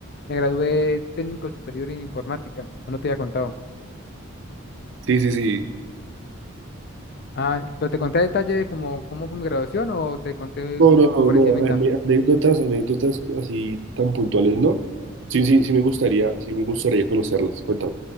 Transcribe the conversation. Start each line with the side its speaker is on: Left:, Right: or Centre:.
Left: me gradué técnico superior en informática, o no te había contado.
Right: Sí, sí, sí.
Left: Ah, pero te conté a detalle como cómo fue mi graduación o te conté
Right: No,
Left: como
Right: no,
Left: que
Right: no,
Left: por
Right: no,
Left: encimita.
Right: ane- anécdotas, anécdotas así tan puntuales, ¿no? Sí, sí, sí me gustaría, sí me gustaría conocerlas, cuéntame.